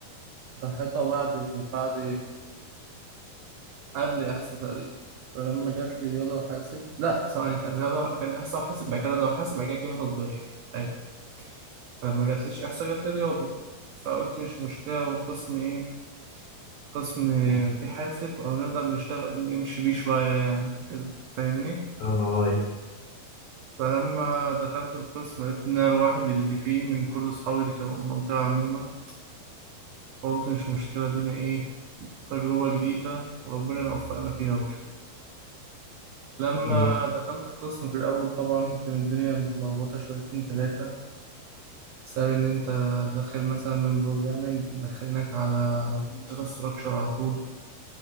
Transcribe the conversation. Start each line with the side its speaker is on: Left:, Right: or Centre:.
Right: راحتها بعد بعد قبل إحصاء تقريبا فلما جات لي رياضة وحاسب لا ثواني كان رياضة كان إحصاء وحاسب بعد كده رياضة وحاسب بعد كده كيمياء تطبيقية أيوة فلما جاتليش إحصاء جاتلي رياضة فقلت مش مشكلة هو قسم إيه قسم في حاسب أو نقدر نشتغل نمشي بيه شوية يعني كده فاهمني
Left: اه أيوه
Right: فلما دخلت القسم لقيت إن أنا لوحدي اللي فيه من كل أصحابي اللي كانوا في المنطقة عموما فقلت مش مشكلة دينا إيه تجربة جديدة وربنا يوفقنا فيها وكده لما
Left: أمم.
Right: دخلت القسم في الأول طبعا كانت الدنيا متلخبطة شويتين تلاتة بسبب إن أنت داخل مثلا من بروجرامينج مدخلينك على داتا ستراكشر على طول